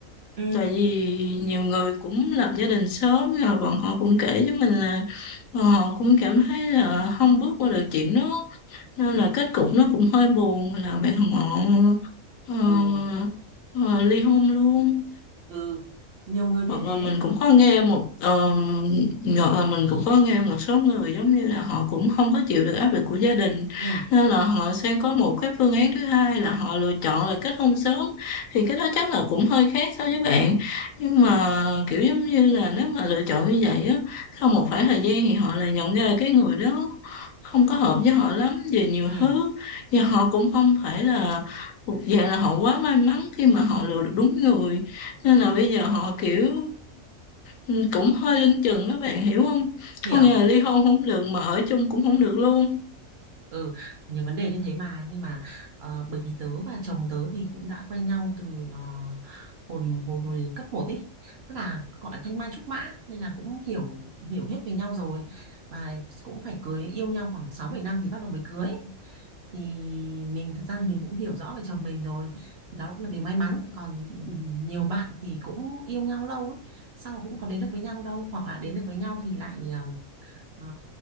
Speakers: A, on the right; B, on the left.
A: ừ
B: tại vì nhiều người cũng lập gia đình sớm rồi bọn họ cũng kể với mình là bọn họ cũng cảm thấy là không bước qua được chuyện đó nên là kết cục nó cũng hơi buồn là bạn họ ờ,
A: ừ
B: ờ, ly hôn luôn
A: ừ nhiều người như
B: hoặc
A: thế
B: là mình cũng có nghe một ờ, hoặc là mình cũng có nghe một số người giống như là họ cũng không có chịu được áp lực của gia đình
A: ừ
B: nên là họ sẽ có một cái phương án thứ hai là họ lựa chọn là kết hôn sớm thì cái đó chắc là cũng hơi khác so với bạn nhưng mà kiểu giống như là nếu mà lựa chọn như vậy á sau một khoảng thời gian thì họ lại nhận ra là cái người đó không có hợp với họ lắm về nhiều
A: ừ
B: thứ và họ cũng không phải là thuộc dạng là họ quá may mắn khi mà họ lựa được đúng người nên là bây giờ họ kiểu ừ, cũng hơi lưng chừng các bạn hiểu không
A: hiểu
B: không nghĩa là ly hôn không được mà ở chung cũng không được luôn
A: ừ nhiều vấn đề như thế mà nhưng mà ờ, bởi vì tớ và chồng tớ thì cũng đã quen nhau từ ờ, hồi hồi hồi cấp một ý tức là gọi là thanh mai trúc mã nên là cũng hiểu hiểu hết về nhau rồi và cũng phải cưới yêu nhau khoảng 6 7 năm thì bắt đầu mới cưới thì mình thật ra là mình cũng hiểu rõ về chồng mình rồi thì đó cũng là điều may mắn còn nhiều bạn thì cũng yêu nhau lâu ấy sao mà cũng có đến được với nhau đâu hoặc là đến được với nhau thì lại ờ, ờ,